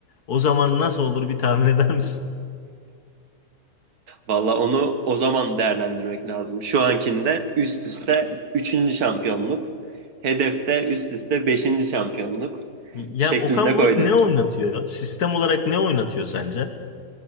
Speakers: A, on the left (about 80°); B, on the right (about 75°).
A: o zaman nasıl olur bir tahmin eder misin?
B: Valla onu o zaman değerlendirmek lazım. Şu ankinde üst üste üçüncü şampiyonluk, hedefte üst üste beşinci şampiyonluk
A: Ya
B: şeklinde
A: Okan Buruk
B: koydu.
A: ne oynatıyor? Sistem olarak ne oynatıyor sence?